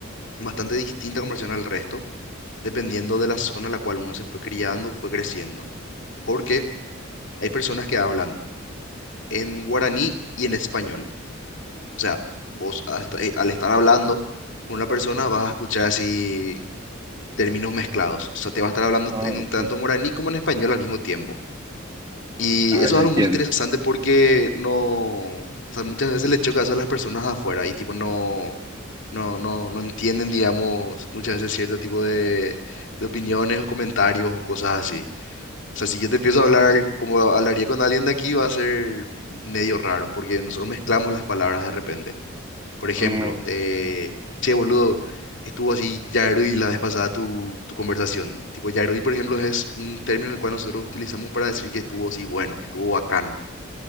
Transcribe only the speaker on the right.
Ah,
ok.
Ah,
ya
entiendo.
Mm,